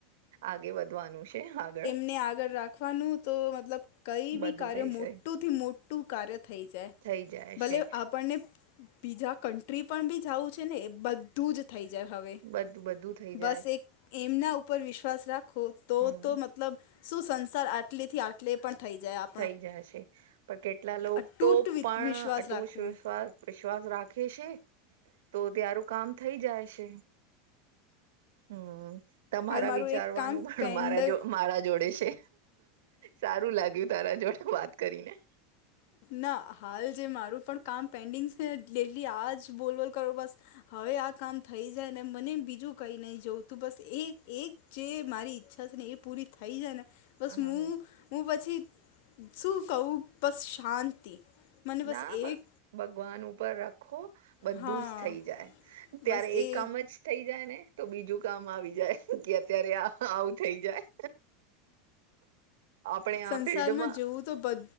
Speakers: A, on the right (about 80°); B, on the left (about 65°).
A: આગે વધવાનું છે આગળ
B: ને આગળ રાખ વાનું તો મતલબ કઈ
A: બધું
B: બી કાર્ય
A: થઈ
B: મોટુંથી
A: છે
B: મોટું કાર્ય થઈ જાય
A: થઈ જાય
B: ભલે
A: છે
B: આપણને બીજા કન્ટ્રી પણ બી જઉું છે ને એ બધું જ થઈ જાય હવે.
A: બ બધું થઈ જાય
B: બસ એક એમના ઉપર વિશ્વાસ રાખો તો
A: હમ
B: તો મતલબ શું સંસાર આટલીથી આ એટલે પણ થઈ જાય આપ
A: થઈ જાય છે પણ કેટલા લોકો
B: અતૂટ
A: તો પણ
B: વિશ્વાસ
A: અટુંટ
B: રાખવું
A: વિશ્વાસ વિશ્વાસ રાખે છે તો ત્યારું કામ થઈ જાય છે. હમ્મ. તમારા
B: હાલ મારું
A: વિચારવાનું
B: એક કામ
A: પણ
B: પેન્ડ
A: મારા મારા જોડે છે સારું લાગયુ તારા જોડે વાત કરીને
B: ના હાલ જે મારું પણ કામ પેન્ડિંગ છે ડેલી આજ બોલ બોલ કરો બસ હવે આ કામ થઈ જાય ને મને એમ બીજું કંઈ નહીં જોવુંતું બસ એ એક જે મારી ઈચ્છા છે ને એ પૂરી થઈ જાય ને બસ
A: હ
B: હું હું પછી શું કહું બસ શાંતિ મને
A: ના
B: બસ એક
A: ભગવાન ઉપર રાખો. બધું
B: હા
A: જ થઈ જાય ત્યારે
B: બસ
A: એક
B: એ
A: કામ જ થઈ જાય ને તો બીજું કામ આવી જાય તો કે અત્યારે આ આવું થઈ જાય આપણે આ
B: સંસારમાં
A: ફિલ્ડમાં
B: જોવું તો બ